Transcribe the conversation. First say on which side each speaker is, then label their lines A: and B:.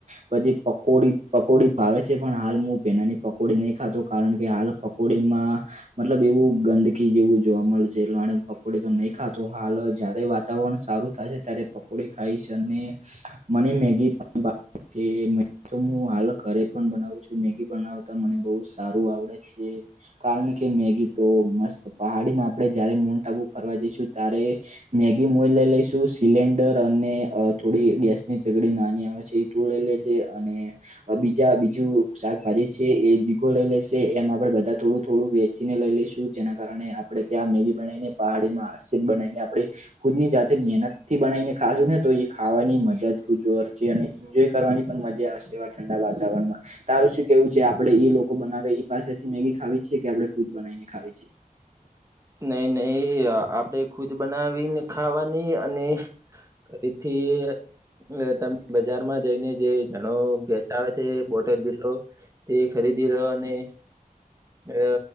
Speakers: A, on the right; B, on the right.
A: પછી પકોડી પકોડી ભાવે છે, પણ હાલ, હું હેનાની પકોડી નહી ખાતો, કારણ કે હાલ. પકોડી માં. મતલબ, એવું ગંદકી જેવું જોવા મળશે, એ પપોડી તો નહી ખાતો, હાલ જયારે વાતાવરણ સારું. થાશે, ત્યારે પકોડી ખાઇશ છે, અને મને મેગી પણ ભા તે, તો હું હાલ ઘરે પણ બનાવું છું, મેગી બનાવતા, મને બહુ સારું આવડે છે. એ કારણ કે મેગી તો મસ્ત. પહાડી માં આપણે જયારે મોન્ટ આબુ ફરવા જઈશું ત્યારે. મેગી મોઈલ લઈ લઈશું, સિલિન્ડર અને થોડી ગેસની સગડી નાની આવે છે. તું લઈ લેજ, અને બીજા બીજું શાકભાજી છે, એ જીગો લઈ લેશે એમાં. આપણે બધા થોડું થોડું વેચીને લઈ લઈશું, જેના કારણે આપણે ત્યાં મેગી બનાવીને, પહાડીમાં આત બનાવીને આપણે. ખુદ ની જાતે મહેનતથી બનાવીને ખાશું ને, તો એ ખાવાની મજા જ ખુછ ઓર અને. એન્જોય કરવાની પણ મજા આવશે, એવા ઠંડા વાતાવરણમાં તારું શું કેવું છે, આપડે એ લોકો બનાવે એ પાસે મેગી ખાવી છીએ કે, આપણે ખુદ બનાવીને ખાવી છે?
B: નઈ, નઈ આપડે ખુદ બનાવીને ખાવાની, અને ફરીથી. તમે બજારમાં જઈને, જે જણો ગેસ આવે છે, બોટલ લીલો. તે ખરીદી રહ્યો, અને અ